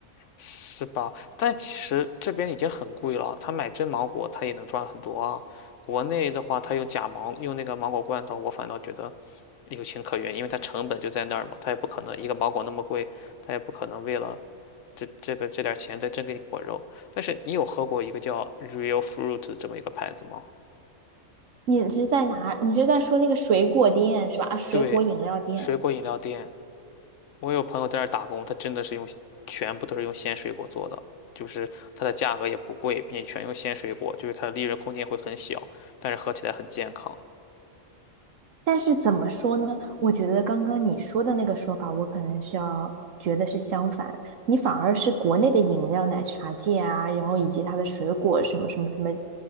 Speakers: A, on the left; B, on the right.
A: 是吧？但其实这边已经很贵了，他买真芒果他也能赚很多啊。国内的话，他用假芒，用那个芒果罐头，我反倒觉得有情可原，因为它成本就在那儿嘛，他也不可能一个芒果那么贵，他也不可能为了这这个这点儿钱再真给你果肉。但是你有喝过一个叫 Real Fruit 这么一个牌子吗？
B: 你是在哪？你是在说那个水果店是吧？啊，水果饮料店。
A: 对，水果饮料店，我有朋友在那儿打工，他真的是用全部都是用鲜水果做的，就是它的价格也不贵，并且全用鲜水果，就是它的利润空间会很小，但是喝起来很健康。
B: 但是怎么说呢？我觉得刚刚你说的那个说法，我可能是要觉得是相反。你反而是国内的饮料、奶茶界啊，然后以及它的水果什么什么什么